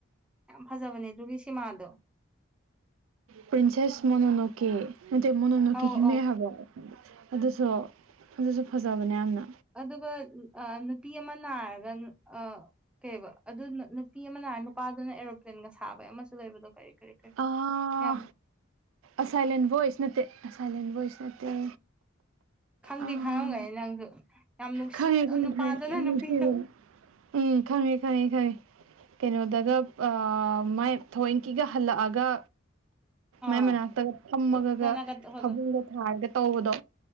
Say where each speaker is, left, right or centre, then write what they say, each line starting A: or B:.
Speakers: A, in the centre; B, on the right.
A: ꯌꯥꯝ ꯐꯖꯕꯅꯦ ꯑꯗꯨꯒꯤ ꯁꯤꯃꯥꯗꯣ
B: ꯄꯔꯤꯟꯁꯦꯁ ꯃꯣꯅꯣ ꯅꯣꯀꯤ ꯅꯠꯇꯦ ꯃꯣꯅꯣꯅꯣꯀꯤ
A: ꯑꯧ
B: ꯍꯤꯡꯂꯩ
A: ꯑꯧ
B: ꯍꯥꯏꯕ ꯑꯗꯨꯁꯨ ꯑꯗꯨꯁꯨ ꯐꯖꯕꯅꯦ ꯌꯥꯝꯅ
A: ꯑꯗꯨꯒ ꯑꯥ ꯅꯨꯄꯤ ꯑꯃꯥ ꯅꯥꯔꯒꯟ ꯑꯥ ꯀꯩꯕ ꯑꯗꯨ ꯅꯥ ꯅꯨꯄꯤ ꯑꯃꯥ ꯅꯥꯔ ꯅꯨꯄꯥꯗꯨꯅ ꯑꯦꯔꯣꯄ꯭ꯂꯦꯟꯒ ꯁꯥꯕꯩ ꯑꯃꯁꯨ ꯂꯩꯕꯗꯣ ꯀꯔꯤ ꯀꯔꯤ ꯀꯔꯤ
B: ꯑꯥ
A: ꯌꯥꯝ
B: ꯑꯁꯥꯏꯂꯦꯟ ꯚꯣꯏꯁ ꯅꯠꯇꯦ ꯑꯁꯥꯏꯂꯦꯟ ꯚꯣꯏꯁ ꯅꯠꯇꯦ
A: ꯈꯪꯗꯤ
B: ꯑꯥ
A: ꯈꯪꯉꯝꯒꯅꯤ ꯅꯪꯁꯨ ꯌꯥꯝ ꯅꯨꯡꯁꯤꯕꯗꯣ
B: ꯈꯪꯉꯦ ꯈꯪꯉꯦ
A: ꯅꯨꯄꯥꯗꯨꯅ
B: ꯈꯪꯉꯦ
A: ꯅꯨꯄꯤꯗꯣ
B: <unintelligible> ꯎꯝ ꯈꯪꯉꯦ ꯈꯪꯉꯦ ꯈꯪꯉꯦ ꯀꯩꯅꯣꯗꯒ ꯑꯥ ꯃꯥꯏ ꯊꯋꯣꯏꯟꯀꯤꯒ ꯍꯜꯂꯛꯑꯒ
A: ꯑꯥ
B: ꯃꯥꯏ ꯃꯅꯥꯛꯇꯒ ꯐꯝꯃꯒꯥꯒ
A: ꯎꯠꯇꯅꯒ ꯇꯧꯕꯗꯣ
B: ꯐꯕꯨꯡꯒ ꯊꯥꯔꯒ ꯇꯧꯕꯗꯣ